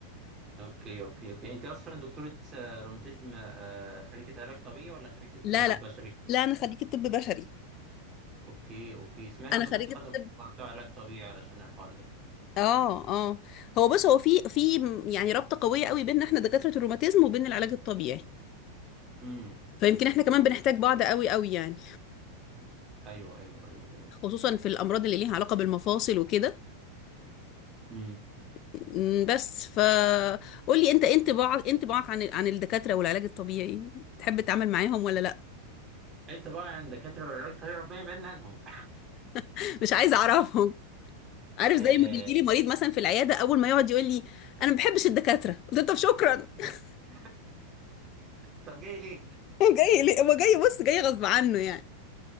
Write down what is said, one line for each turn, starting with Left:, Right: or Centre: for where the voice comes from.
Right: اوكي اوكي اوكي انت اصلا دكتوره آه، روماتيزم آه، خريجه علاج طبيعي ولا خريجه
Left: لا
Right: آه، طب
Left: لا
Right: بشري
Left: لا انا خريجه طب بشري
Right: اوكي اوكي سمعت
Left: انا
Right: انكم
Left: خريجه
Right: بتخانقوا
Left: طب
Right: كتير على بتوع علاج طبيعي علشان الحوار ده
Left: اه اه هو بص هو في في م- يعني رابطة قوية قوي بيننا احنا دكاترة الروماتيزم وبين العلاج الطبيعي
Right: امم
Left: فيمكن احنا كمان بنحتاج بعض قوي قوي يعني
Right: ايوه ايوه ايوه ايوه
Left: خصوصا في الامراض اللي ليها علاقة بالمفاصل وكده
Right: امم
Left: م، بس فقول لي انت إيه انطباعك إيه انطباعك عن عن الدكاترة والعلاج الطبيعي تحب تتعامل معاهم ولا لا
Right: انت بقى عند دكاتره العلاج الطبيعي ربنا يبعدنا عنهم
Left: <laughs> مش عايزة اعرفهم عارف
Right: <laughs>
Left: زي ما بيجي لي مريض مثلا في العيادة اول ما يقعد يقول لي انا ما بحبش الدكاترة قلت له طب شكرا <laughs>
Right: <laughs> طب جاي ليه؟
Left: هو جاي ليه؟ هو جاي بص جاي غصب عنه يعني